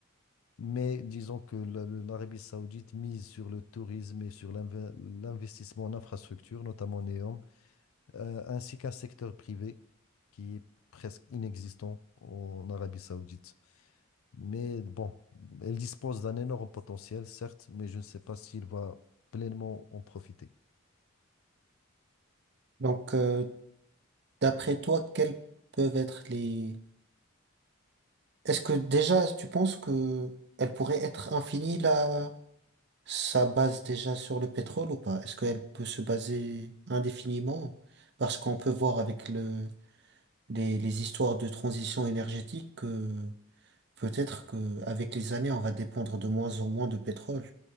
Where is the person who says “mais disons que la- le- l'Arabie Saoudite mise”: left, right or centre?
Left